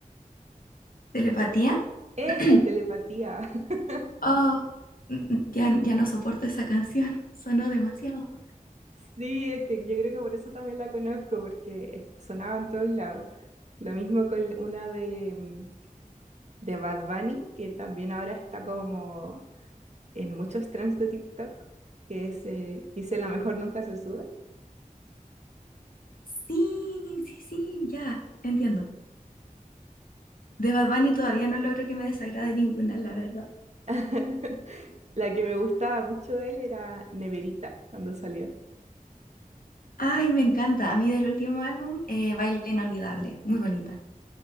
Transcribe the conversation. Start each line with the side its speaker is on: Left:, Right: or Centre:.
Left: ¿Telepatía?
Right: Esa
Left: <clears throat>
Right: telepatía. <laughs>
Left: Oh, mm, ya, ya no soporto esa canción, sonó demasiado.
Right: Sí, es que yo creo que por eso también la conozco, porque es- sonaba en todos lados. Lo mismo con una de, mm, de Bad Bunny, que también ahora está como en muchos trends de TikTok, que es eh, Quise la mejor nunca se sube.
Left: Sí, sí, sí, ya, entiendo. De Bad Bunny todavía no logro que me desagrade ninguna, la verdad.
Right: <laughs> La que me gustaba mucho de él era Neverita, cuando salió.
Left: Ay, me encanta. A mí del último álbum, eh, Baile Inolvidable, muy bonita.